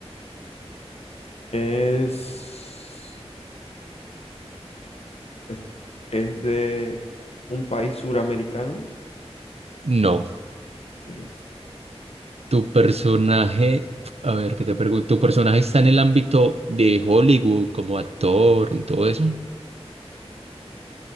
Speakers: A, on the left; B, on the right.
A: es, es, es de un país suramericano?
B: No.
A: Ok.
B: Tu personaje, a ver, ¿qué te pregunto? ¿Tu personaje está en el ámbito de Hollywood como actor y todo eso?